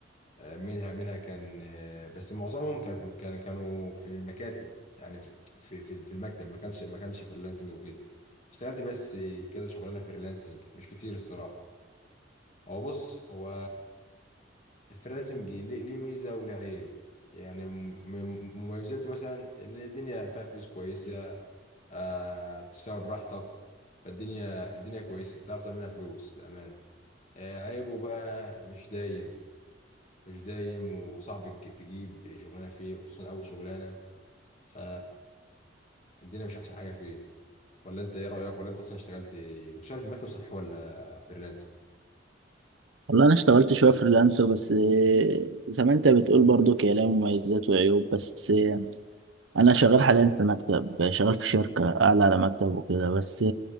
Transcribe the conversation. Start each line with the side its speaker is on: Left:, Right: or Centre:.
Left: آه، منها منها كان آه، بس معظمهم كانوا في كان كانوا في مكاتب يعني في في في في المكتب ما كانش ما كانش فريلانسنج وكده اشتغلت بس كذا شغلانه فريلانسنج مش كتير الصراحه هو بص هو الفريلانسنج ليه ليه ميزه وله عيب يعني م- م- مميزاته مثلا اللي الدنيا فيها فلوس كويسه آه، تشتغل براحتك فالدنيا الدنيا كويسه تعرف تعملها فلوس بامانه آه، عيبه بقى مش دايم مش دايم وصعب تج- تجيب شغلانه فيه وخصوصا اول شغلانه ف الدنيا مش احسن حاجه فيه ولا انت ايه رايك ولا انت اصلا اشتغلت وشغال في مكتب صحي ولا فريلانس
Right: والله انا اشتغلت شويه فريلانسر بس آه، زي ما انت بتقول برضو هي لها مميزات وعيوب بس انا شغال حاليا في مكتب شغال في شركه اعلى على مكتب وكده بس